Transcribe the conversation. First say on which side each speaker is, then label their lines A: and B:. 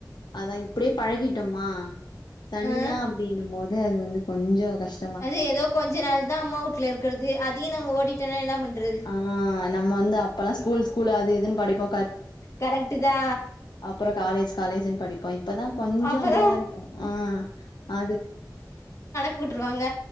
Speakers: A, on the left; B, on the left.
A: அதான் இப்படியே பழகிட்டோமா தனியா
B: ஆ
A: அப்படின்னும் போது அது வந்து கொஞ்சோ கஷ்
B: அது ஏதோ கொஞ்ச நாள் தா அம்மா வீட்ல இருக்குறது அதையும் நம்ம ஓடி ட்டனா என்ன பண்றது
A: ஆ நம்ம வந்து அப்பல்லா ஸ்கூல் ஸ்கூல் அது இதுன்னு படிப்போ
B: கரெக்ட்டு தா
A: அப்புறோ காலேஜ் காலேஜ்ன் படிப்பா இப்பதா கொஞ்சம்
B: அப்பறோ
A: இதுவா இருக்கும் ஆ அது
B: போட்டுருவாங்க